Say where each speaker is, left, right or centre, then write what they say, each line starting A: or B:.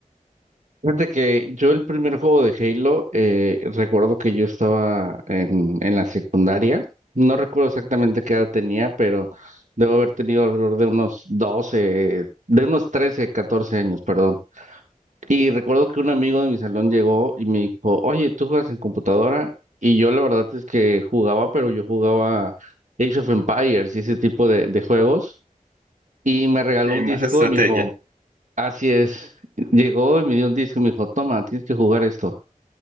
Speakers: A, on the right; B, on the right.
A: Fíjate que yo el primer juego de Halo, eh, recuerdo que yo estaba en, en la secundaria. No recuerdo exactamente qué edad tenía, pero debo haber tenido alrededor de unos 12 de unos 13 14 años, perdón. Y recuerdo que un amigo de mi salón llegó y me dijo, oye, ¿tú juegas en computadora? Y yo la verdad es que jugaba, pero yo jugaba Age of Empires y ese tipo de de juegos. y me regaló
B: Sí,
A: un
B: más
A: disco
B: estrategia.
A: y me dijo, así es. Llegó y me dio un disco y me dijo, toma, tienes que jugar esto.